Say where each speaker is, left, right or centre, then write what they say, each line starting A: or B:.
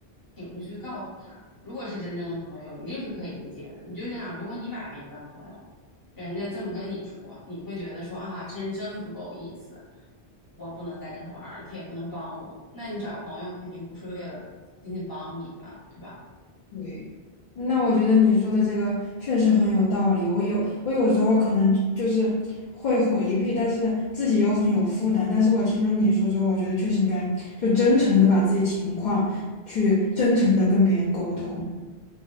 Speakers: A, on the left; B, on the left.
A: 情绪告诉他，如果是真正的朋友，一定是可以理解的。你就想，如果你把别人当朋友，人家这么跟你说，你会觉得说啊，这人真不够意思。我不能再跟他玩儿了，他也不能帮我。那你找朋友肯定不是为了仅仅帮你吧，对吧？
B: 对，那我觉得你说的这个确实很有道理。我有我有时候可能就是会回避，但是自己又很有负担。但是我听了你说之后，我觉得确实应该就真诚的把自己情况去真诚的跟别人沟通。